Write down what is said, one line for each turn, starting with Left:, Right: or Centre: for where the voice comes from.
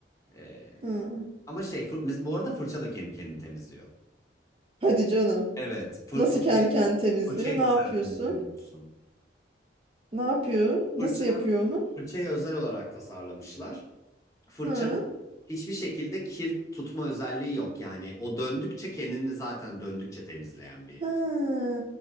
Left: Ee,
Right: Hı.
Left: ama şey fır, mes- bu arada fırça da kendi kendini temizliyor.
Right: Hadi canım.
Left: Evet fır,
Right: Nasıl
Left: fırçayı,
Right: kendi kendini temizliyor?
Left: fırçayı
Right: Ne yapıyorsun?
Left: da sen temizlemiyorsun.
Right: Ne yapıyor? Nasıl
Left: Fırça,
Right: yapıyor onu?
Left: fırçayı özel olarak tasarlamışlar. Fırçanın
Right: Ha.
Left: hiçbir şekilde kir tutma özelliği yok yani o döndükçe kendini zaten döndükçe temizleyen bir.
Right: Ha.